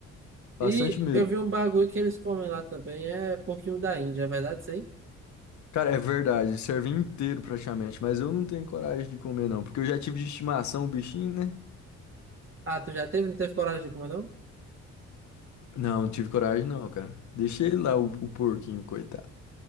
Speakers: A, on the left; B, on the right.
A: Bastante
B: E
A: mesmo.
B: eu vi um bagulho que eles comem lá também, é porquinho da Índia, é verdade isso aí?
A: Cara, é verdade, serve inteiro praticamente, mas eu não tenho coragem de comer não, porque eu já tive de estimação o bichinho, né?
B: Ah, tu já teve? Não teve coragem de comer, não?
A: Não, não tive coragem não, cara. Deixei lá o, o porquinho, coitado.